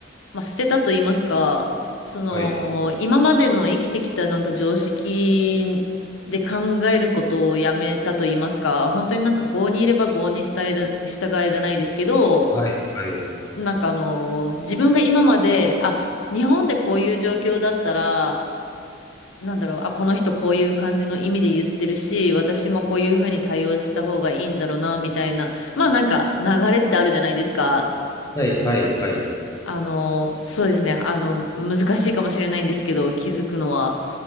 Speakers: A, on the left (about 80°); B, on the left (about 15°).
A: まあ、捨てたと言いますか、その今までの生きてきたなんか常識で考えることをやめたと言いますか、
B: はい。
A: 本当になんか郷にいれば郷に従えじゃ、従えじゃないですけど、
B: はい。はい。
A: なんかあの、自分が今まで、あ、日本でこういう状況だったら、なんだろう、あ、この人こういう感じの意味で言ってるし、私もこういうふうに対応した方がいいんだろうな、みたいな。まあなんか流れってあるじゃないですか。
B: はい。はい。はい。
A: あの、そうですね。あの、難しいかもしれないんですけど、気づくのは。